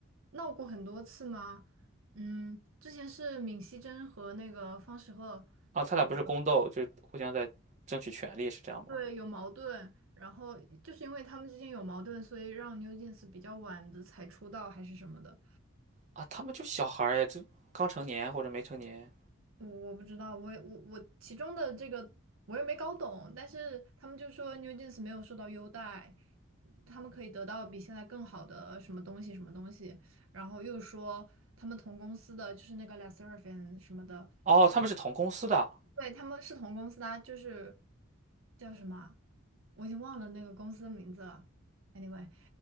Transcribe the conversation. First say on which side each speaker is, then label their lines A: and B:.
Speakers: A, on the right (about 75°); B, on the right (about 35°).
A: 闹过很多次吗？嗯，之前是闵熙珍和那个方时赫。
B: 啊，他俩不是宫斗，
A: 那个。
B: 就互相在争取权利是这样吗？
A: 对，有矛盾，然后就是因为他们之间有矛盾，所以让 New Jeans 比较晚的才出道还是什么的，
B: 啊，他们就小孩儿呀，这刚成年或者没成年。
A: 我我不知道，我也我我其中的这个我也没搞懂，但是他们就说 New Jeans 没有受到优待，他们可以得到比现在更好的什么东西什么东西，然后又说他们同公司的就是那个 l a s s e r a f i n 什么的，
B: 哦，他们是同公司的。
A: 对，他们是同公司的啊就是叫什么啊我已经忘了那个公司的名字了。Anyway，